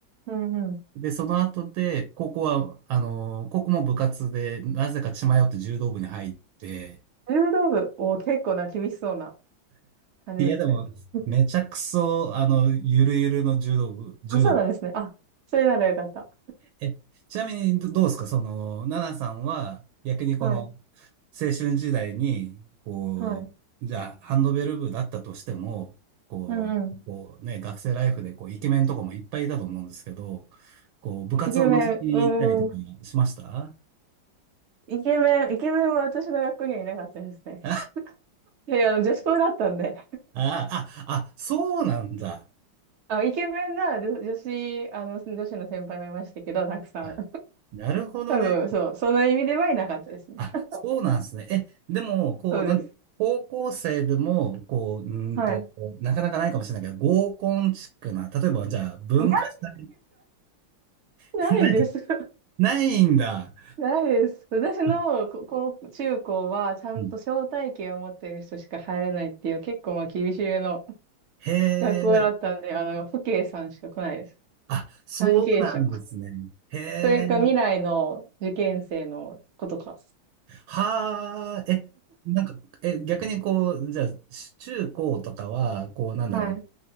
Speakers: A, on the right (about 65°); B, on the right (about 85°).
A: うんうん。
B: で、その後で、高校は、あの、高校も部活で、なぜか血迷って柔道部に入って、
A: 柔道部を結構な厳しそうな感じですね。
B: いや、でも、
A: <laughs>
B: めちゃくそ、あの、ゆるゆるの柔道部、柔道部。
A: あ、そうなんですね。あ、それならよかった。
B: え、ちなみにど、どうですかその、ナナさんは、逆にこの、
A: はい。
B: 青春時代に、こう、
A: はい。
B: じゃあ、ハンドベル部だったとしても、こう、
A: うんうん。
B: こうね、学生ライフで、こう、イケメンとかもいっぱいいたと思うんですけど、こう、部活を覗きに行ったりとかしました
A: イケメン、うーん。イケメン、イケメンは私の学校にはいなかったですね。
B: あ <laughs>
A: いやいや、あの、女子校だったんで。
B: あ、あ、あ、そうなんだ。
A: あ、イケメンなら女女子、あの、女子の先輩はいましたけど、たくさん。
B: あなるほどね。
A: 多分、そう、その意味ではいなかったですね。
B: あ、
A: <laughs>
B: そうなんですね。え、でも、こう、
A: そうです。
B: なんだ高校生でも、こう、うーんと、
A: はい。
B: なかなかないかもしれないけど、合コンチックな、例えば、じゃあ、文化祭、
A: ない <laughs> ないです。
B: <laughs> ない、
A: <laughs>
B: ないんだ。
A: ないです。私のこ高中高は、
B: あ
A: ちゃんと招待券を持ってる人しか入れないっていう、
B: うん、
A: 結構まあ厳しめの <laughs>
B: へえ、
A: 学校だったんで、あの、父兄さんしか来ないです。
B: あ、そうなんですね。
A: 関係者。
B: へえ、
A: それか未来の受験生の子とか。
B: はあ、え、なんか、え、逆にこう、じゃあ、し中高とかは、こう、なんだろう、
A: はい。